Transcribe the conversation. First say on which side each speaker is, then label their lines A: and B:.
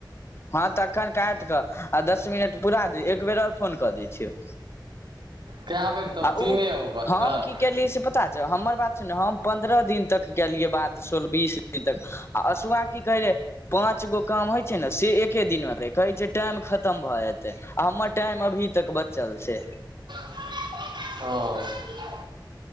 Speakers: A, on the left; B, on the right.
A: हँ तऽ एखन कायिट कऽ आ दस मिनट पुरा द एक बेर और फोन कऽ दै छियौ
B: कए बेर तब
A: आ
B: तीने
A: ओ
B: गो बत्तख
A: हम की केलियै से पता छौ हमर बात छै न हम पन्द्रह दिन तक केलियै बात सोल बीस दिन तक आ असुआ की कहे रहे पाँच गो काम होय छै ने से एके दिनमे रहै कहै छै टाइम खतम भऽ जेतै आ हमर टाइम अभी तक बचल छै
B: हँ